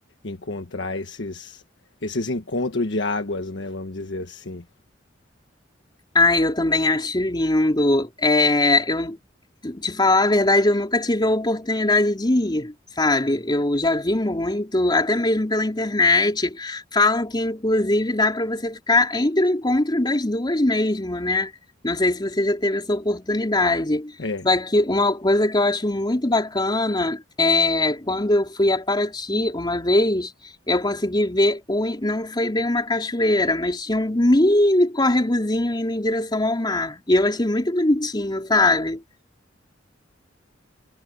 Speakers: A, on the left (about 70°); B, on the left (about 25°).
A: encontrar esses, esses encontros de águas, né? Vamos dizer assim.
B: Ai, eu também acho lindo. É, eu te falar a verdade, eu nunca tive a oportunidade de ir, sabe? Eu já vi muito, até mesmo pela internet. Falam que inclusive dá para você ficar entre o encontro das duas mesmo, né? Não sei se você já teve essa oportunidade.
A: É,
B: Só que uma coisa que eu acho muito bacana é quando eu fui a Paraty uma vez. Eu consegui ver, o, não foi bem uma cachoeira, mas tinha um mini córregozinho indo em direção ao mar. E eu achei muito bonitinho, sabe?